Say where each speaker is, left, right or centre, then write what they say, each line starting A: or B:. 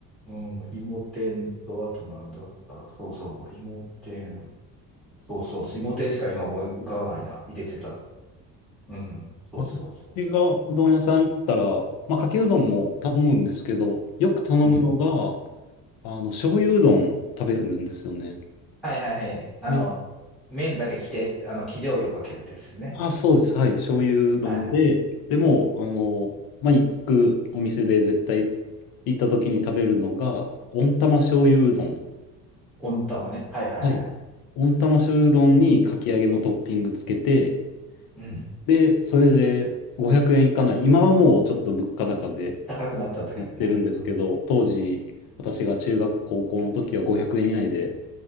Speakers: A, in the centre; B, on the left.
A: うん、芋天と、あとなんだったそうそう、芋天。そうそう、芋天しか今思い浮かばないな。入れてたの。うん。そうそうそうそ
B: 私がうどん屋さん行ったら、まあ、かけうどんも頼むんですけど、よく頼むのが、
A: う。うん。
B: あの、醤油うどん食べるんですよね。
A: はいはいはい。あの、
B: で、
A: 麺だけ着て、あの、生醤油をかけるってやつですね。
B: あ、そうです。はい。醤油うどんで、
A: はいはい。
B: でも、あの、まあ、行くお店で絶対行った時に食べるのが、
A: うんうん
B: 温玉醤油うどん。
A: 温玉ね。はいはいはい。
B: はい。温玉醤油うどんにかき揚げのトッピングつけて、
A: うん。
B: で、それで500円いかない。今はもうちょっと物価高で、
A: 高くなっちゃったけどね。
B: やってるんですけど、
A: うん。
B: 当時、私が中学、高校の時は500円以内で